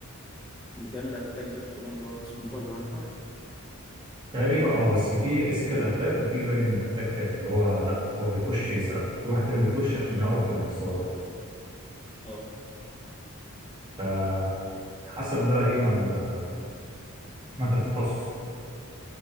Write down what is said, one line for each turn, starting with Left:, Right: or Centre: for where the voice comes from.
Left: اللي بيعمل اتاك ده كمان اللي هو اسمه باج هانتر
Right: تقريبا اه بس في اسيكال اتاك وفي باين اتاك تاني اللي هو لا هو بيخش يسرق في واحد تاني بيخش عشان
Left: مم.
Right: يعرف الثغرات
Left: اه
Right: فحسب بقى ايه ما, ال- ما انت بتتخصص